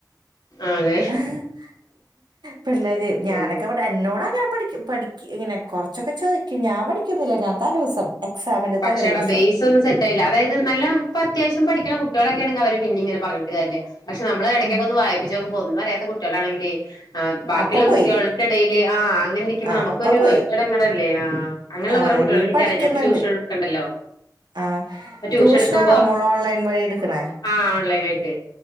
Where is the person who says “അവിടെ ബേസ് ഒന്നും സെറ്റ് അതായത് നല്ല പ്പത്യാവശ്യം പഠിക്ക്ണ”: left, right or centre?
Left